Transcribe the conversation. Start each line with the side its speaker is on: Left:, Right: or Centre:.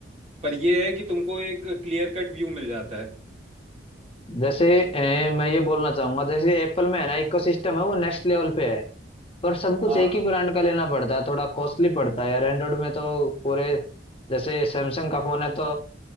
Right: पर ये है कि तुमको एक क्लियर कट व्यू मिल जाता है
Left: जैसे अ, मैं ये बोलना चाहूंगा जैसे एप्पल में है ना इकोसिस्टम है वो नेक्स्ट लेवल पे है पर सब कुछ
Right: हाँ
Left: एक ही ब्रांड का लेना पड़ता है थोड़ा कॉस्टली पड़ता है यार एंड्रॉइड में तो पूरे जैसे सैमसंग का फोन है तो